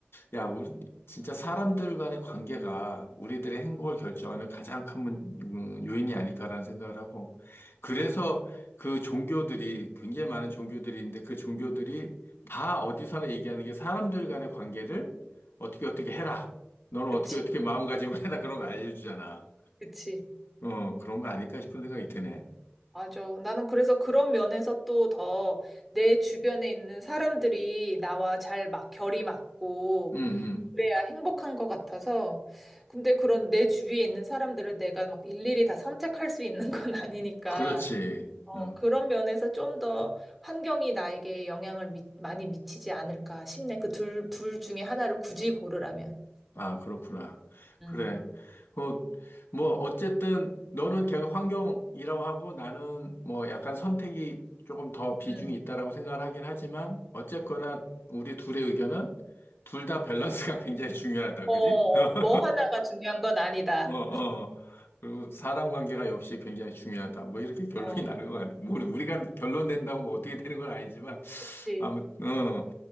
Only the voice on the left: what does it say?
야, 우리 진짜 사람들 간의 관계가 우리들의 행복을 결정하는 가장 큰 문- 음, 요인이 아닐까라는 생각을 하고, 그래서 그 종교들이 굉장히 많은 종교들이 있는데 그 종교들이 다 어디서나 얘기하는 게 사람들 간의 관계를 어떻게 어떻게 해라. 너는
어떻게 어떻게 마음가짐을 <laughs> 해라. 그런 거 알려주잖아.
어, 그런 거 아닐까 싶은 생각이 드네.
응, 응.
그렇지.
어.
아, 그렇구나.
그래. 어, 뭐, 어쨌든, 너는 계속 환경이라고 하고, 나는 뭐, 약간 선택이 조금 더 비중이
있다라고 생각을 하긴 하지만, 어쨌거나, 우리 둘의 의견은, 둘 다 밸런스가 <laughs> 굉장히 중요하다.
그지? <laughs>
어, 어. 그리고 사람 관계가 역시 굉장히 중요하다. 뭐, 이렇게 <laughs> 결론이
나는 것 같네. 뭐, 우리가 결론 낸다고 뭐 어떻게 되는 건 아니지만,
아무튼, 어,